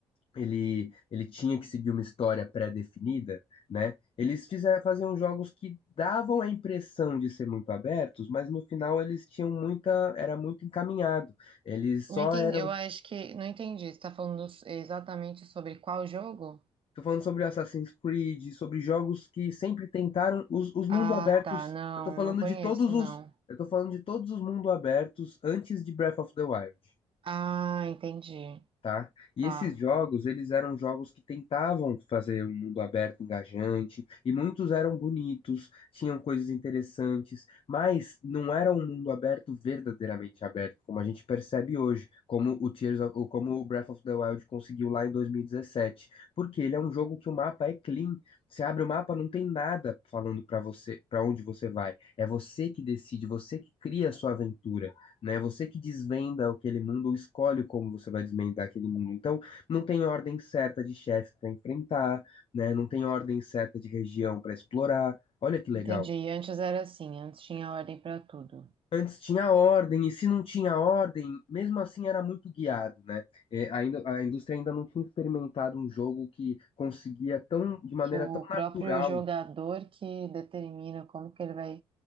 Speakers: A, on the left; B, on the right.
A: ele, ele tinha que seguir uma história pré-definida, né? Eles fizer, faziam jogos que davam a impressão de ser muito abertos, mas no final eles tinham muita, era muito encaminhado. Eles só
B: Não entendi,
A: eram,
B: eu acho que não entendi. Você tá falando exatamente sobre qual jogo?
A: tô falando sobre Assassin's Creed, sobre jogos que sempre tentaram os, os mundos
B: Ah,
A: abertos.
B: tá, não,
A: Eu tô falando
B: não conheço,
A: de todos os,
B: não.
A: eu tô falando de todos os mundos abertos antes de Breath of the Wild.
B: Ah, entendi.
A: tá? E
B: Tá.
A: esses jogos, eles eram jogos que tentavam fazer um mundo aberto, engajante, e muitos eram bonitos, tinham coisas interessantes, mas não era um mundo aberto verdadeiramente aberto, como a gente percebe hoje, como o Tears of, ou como o Breath of the Wild conseguiu lá em 2017, porque ele é um jogo que o mapa é clean. Você abre o mapa, não tem nada falando pra você, para onde você vai. É você que decide, você que cria a sua aventura né? Você que desvenda aquele mundo ou escolhe como você vai desvendar aquele mundo. Então, não tem ordem certa de chefe para enfrentar, né? Não tem ordem certa de região para explorar. Olha que legal.
B: Entendi. Antes era assim, antes tinha ordem para tudo.
A: Antes tinha ordem, e se não tinha ordem, mesmo assim era muito guiado, né? É, ainda, a indústria ainda não tinha experimentado um jogo que conseguia tão, de maneira
B: Que o
A: tão natural
B: próprio jogador que determina como que ele vai